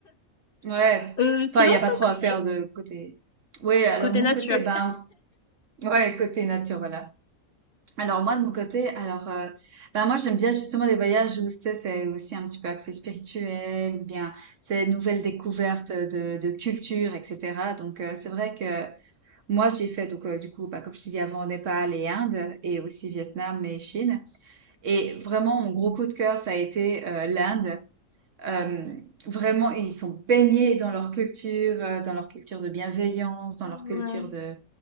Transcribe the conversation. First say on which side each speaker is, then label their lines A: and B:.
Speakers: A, on the right; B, on the left.
A: Ouais,
B: Euh, sinon,
A: enfin, il n'y
B: de
A: a pas
B: ton
A: trop à
B: côté,
A: faire de côté. Oui, alors
B: côté
A: de mon
B: nature.
A: côté, ben, ouais, côté nature, voilà. Alors, moi, de mon côté, alors, euh, ben, moi, j'aime bien justement les voyages où, tu sais, c'est aussi un petit peu axé spirituel, bien, c'est nouvelles découvertes de, de culture, etc. Donc, euh, c'est vrai que. Moi, j'ai fait donc heu, du coup, bah, comme je t'ai dit avant, Népal et Inde et aussi Vietnam et Chine et vraiment mon gros coup de cœur, ça a été, heu, l'Inde. Hem, vraiment, ils sont baignés dans leur culture, heu, dans leur culture de bienveillance, dans
B: Ouais.
A: leur culture de